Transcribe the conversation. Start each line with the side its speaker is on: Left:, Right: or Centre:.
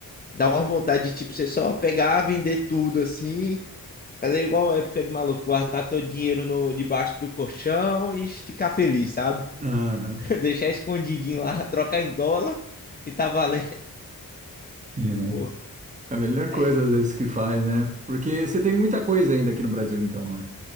Left: dá uma vontade de, tipo, você só pegar, vender tudo assim Fazer igual a época de maluco, guardar todo o dinheiro no, debaixo do colchão e ficar feliz, sabe?
Right: Aham.
Left: <laughs> Deixar escondidinho lá, trocar em dólar, que tá valendo. <laughs>
Right: Né?
Left: Pô,
Right: É a melhor
Left: é
Right: coisa,
Left: isso.
Right: às vezes, que faz, né? Porque você tem muita coisa ainda aqui no Brasil, então, né?